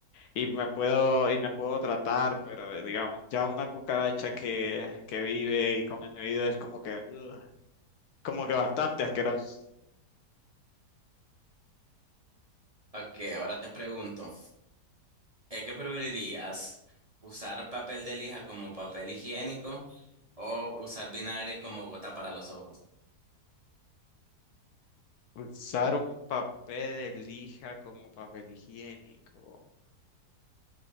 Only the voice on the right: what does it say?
Ok, ahora te pregunto, ¿eh, ¿qué preferirías? ¿Usar papel de lija como papel higiénico o usar vinagre como gota para los ojos?